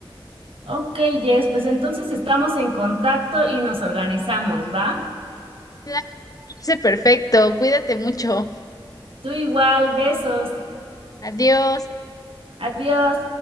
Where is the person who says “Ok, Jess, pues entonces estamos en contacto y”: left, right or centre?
Right